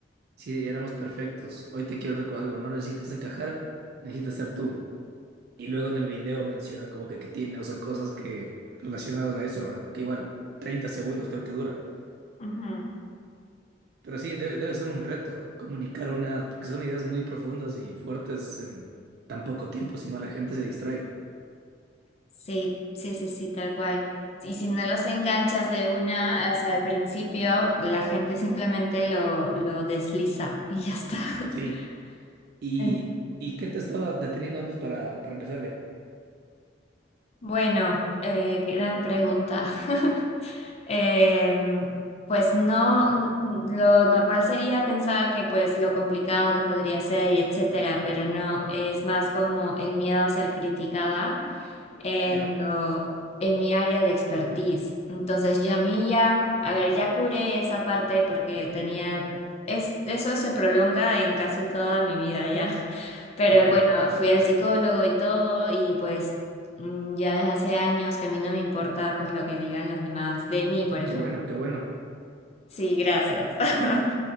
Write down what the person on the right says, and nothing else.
si éramos perfectos. Hoy te quiero recordar algo, no necesitas encajar, necesitas ser tú. Y luego en el video menciona como que, que tiene, o sea, cosas que relacionadas a eso, ¿verdad? Que igual, 30 segundos creo que dura.
Pero sí, debe, debe ser un reto comunicar una, porque son ideas muy profundas y fuertes en tan poco tiempo, si no la gente se distrae.
Sí. ¿Y,
y qué te estaba deteniendo antes para, para empezarle?
¿Ya?
Ok.
Qué bueno, qué bueno.